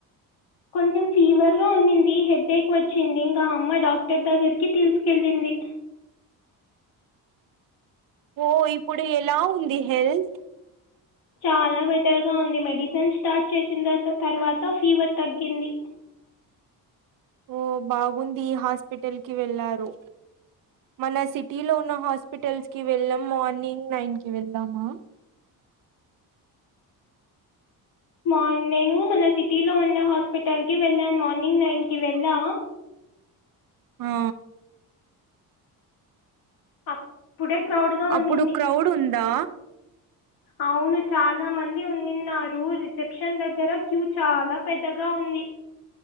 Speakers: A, on the left; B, on the right.
A: కొంచెం ఫీవర్ గా ఉన్నింది హెడ్ఎక్ వచ్చింది ఇంకా అమ్మ డాక్టర్ దగ్గరికి తీసుకెళ్ళింది
B: ఓ ఇప్పుడు ఎలా ఉంది హెల్త్
A: చాలా బెటర్ గా ఉంది మెడిసిన్ స్టార్ట్ చేసిన తర్వాత ఫీవర్ తగ్గింది
B: ఓ బాగుంది హాస్పిటల్ కి వెళ్ళారు మన సిటీ లో ఉన్న హాస్పిటల్స్ కి వెళ్ళం మార్నింగ్ నైన్ కి వెళ్దామా
A: మా నేను మన సిటీ లో ఉన్న హాస్పిటల్ కి వెళ్ళా మార్నింగ్ నైన్ కి వెళ్ళా
B: ఆ
A: అప్పుడే క్రౌడ్ గా
B: అప్పుడు
A: ఉన్నింది
B: క్రౌడ్ వుందా
A: అవును చాలా మంది అన్నిన్నారు రిసెప్షన్ దగ్గర క్యూ చాలా పెద్దగా ఉంది